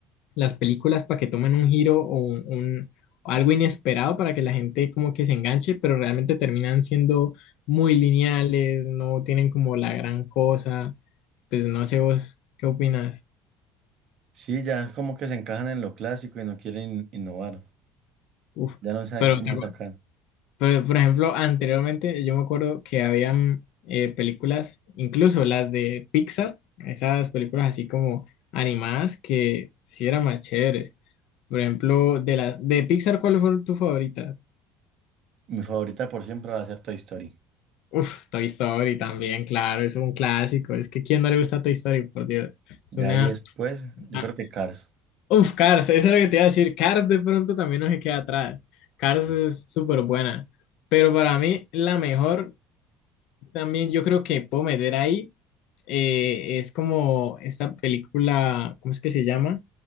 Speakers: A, on the left; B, on the right.
A: las películas para que tomen un giro o un, un- algo inesperado para que la gente como que se enganche, pero realmente terminan siendo muy lineales, no tienen como la gran cosa. Pues no sé vos qué opinas.
B: Sí, ya como que se encajan en lo clásico y no quieren innovar.
A: Uf,
B: Ya no saben
A: pero,
B: qué
A: te
B: más
A: acu-
B: sacar.
A: pero, por ejemplo, anteriormente yo me acuerdo que habían eh, películas, incluso las de Pixar, esas películas así como animadas que sí eran más chéveres. Por ejemplo, de la de Pixar, ¿cuáles fueron tus favoritas?
B: Mi favorita por siempre va a ser Toy Story.
A: Uf, Toy Story también, claro, es un clásico. Es que ¿quién no le gusta Toy Story? Por Dios. Es
B: Ya
A: una...
B: ahí después, yo
A: ah,
B: creo que Cars.
A: Uf, Cars, eso es lo que te iba a decir. Cars de pronto también no se queda atrás. Cars
B: Sí.
A: es súper buena. Pero para mí la mejor también yo creo que puedo meter ahí eh, es como esta película, ¿cómo es que se llama?